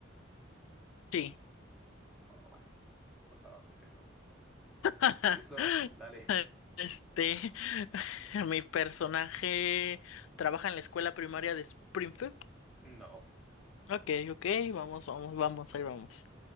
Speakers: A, on the left; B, in the centre.
A: Sí.
B: Oh, contaba con que no.
A: <laughs>
B: Listo. Dale.
A: Este, <laughs> mi personaje trabaja en la escuela primaria de Springfield.
B: No.
A: Ok, ok, vamos, vamos, vamos, ahí vamos.